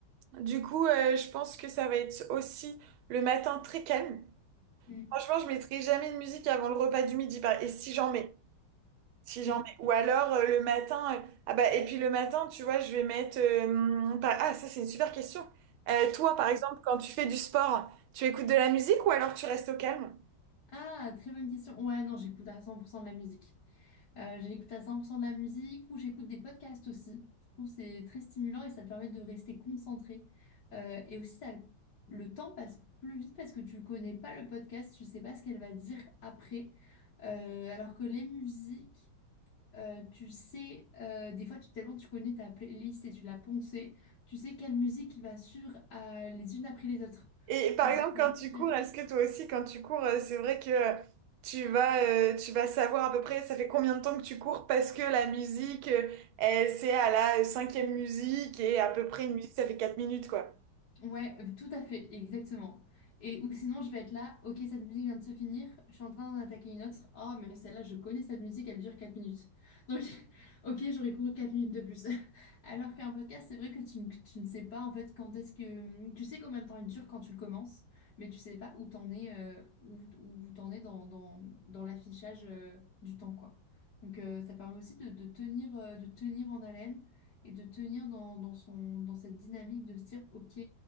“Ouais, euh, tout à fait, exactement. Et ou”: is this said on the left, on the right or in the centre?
Left